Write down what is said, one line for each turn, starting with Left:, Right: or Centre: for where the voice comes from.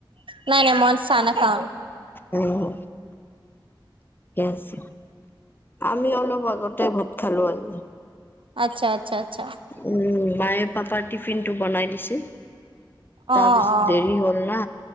Right: নাই নাই মন চাহ নাখাওঁ।
Left: উম। আছে আমি অলপ আগতে বোট খালো আনি।
Right: আচ্ছা- আচ্ছা -আচ্ছা।
Left: উম মায়ে পাপাৰ টিফিন টো বনাই দিছিল।
Right: অ
Left: তাৰপিছত
Right: অ
Left: দেৰি হ'ল ন